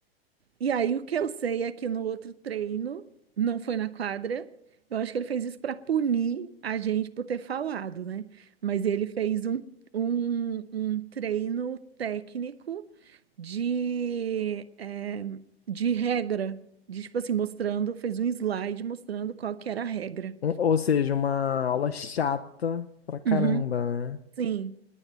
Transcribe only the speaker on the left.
Um- ou seja, uma aula chata pra caramba,
né?